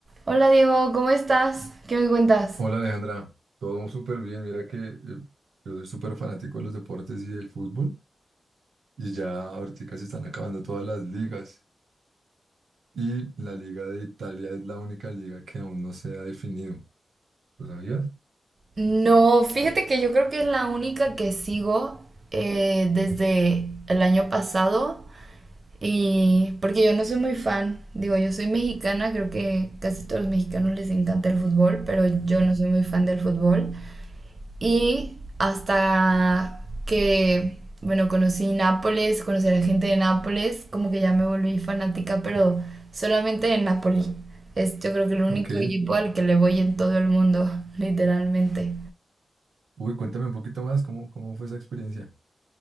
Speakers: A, on the right; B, on the right.
A: Hola Diego, ¿cómo estás? ¿Qué me cuentas?
B: Hola Alejandra, todo súper bien. Mira que eh, yo soy súper fanático de los deportes y del fútbol y ya ahorita se están acabando todas las ligas y la liga de Italia es la única liga que aún no se ha definido. ¿Lo sabías?
A: No, fíjate que yo creo que es la única que sigo eh, desde el año pasado y porque yo no soy muy fan, digo, yo soy mexicana, creo que casi todos los mexicanos les encanta el fútbol, pero yo no soy muy fan del fútbol. Y hasta que, bueno, conocí Nápoles, conocí a la gente de Nápoles, como que ya me volví fanática, pero solamente de Napoli. Es yo creo que el único
B: Ok.
A: equipo al que le voy en todo el mundo, <laughs> literalmente.
B: Uy, cuéntame un poquito más, ¿cómo, cómo fue esa experiencia?